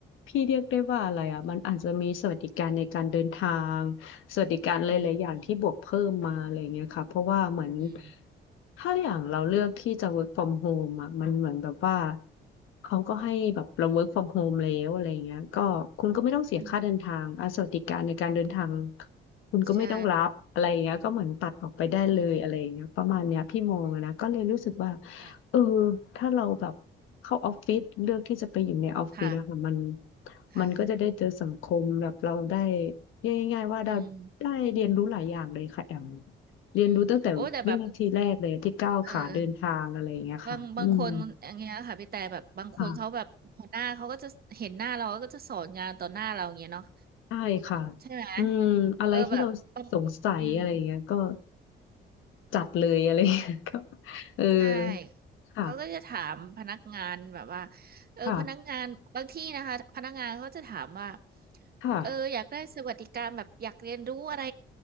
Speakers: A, on the left; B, on the right.
A: พี่เรียกได้ว่าอะไรอ่ะมันอาจจะมีสวัสดิการในการเดินทาง สวัสดิการหลายๆอย่างที่บวกเพิ่มมาอะไรเงี้ยค่ะเพราะว่าเหมือน
B: อืมอืมอืม
A: ถ้าอย่างเราเลือกที่จะ work from home อ่ะมันเหมือนแบบว่าเขาก็ให้แบบเรา work from home แล้วอะไรเงี้ยก็คุณก็ไม่ต้องเสียค่าเดินทางอ่ะสวัสดิการในการเดินทาง
B: อืม
A: คุณก็ไม่ต้องรับอะไรเงี้ยก็เหมือนตัดออกไปได้เลยอะไรเงี้ยประมาณเนี้ยพี่มองอะนะก็เลยรู้สึกว่า
B: ใช่อืมค่ะ
A: เออถ้าเราแบบเข้าออฟฟิศเลือกที่จะไปอยู่ในออฟฟิศอะค่ะมัน
B: ค่ะค่ะ
A: มันก็จะได้เจอสังคมแบบเราได้ เรียกง่ายๆว่าเราได้เรียนรู้หลายอย่างเลยค่ะแอม
B: อืม
A: เรียนรู้ตั้งแต่วินาทีแรกเลยที่ก้าวขาเดินทางอะไรอย่างเงี้ยค่ะอืม
B: อืมโอ้ แต่แบบเออบางบางคนอย่างเงี้ยค่ะพี่แต่แบบบางคนเขาแบบหัวหน้าเขาก็จะเห็นหน้าเราก็จะสอนงานต่อหน้าเราอย่างเงี้ยเนาะ
A: ค่ะใช่ค่ะ
B: ใช่ไหม
A: อืมอะไรที่เราสงสัยอะไรอย่างเงี้ยก็
B: เออแบบปัญอืม
A: จัดเลยอะไรอย่างเงี้ย <laughs> ก็เออ
B: ใช่
A: ค่ะ
B: เขาก็จะถามพนักงานแบบว่าเออพนักงานบางที่นะคะพนักงานเขาจะถามว่า
A: ค่ะค่ะ
B: เอออยากได้สวัสดิการแบบอยากเรียนรู้อะไร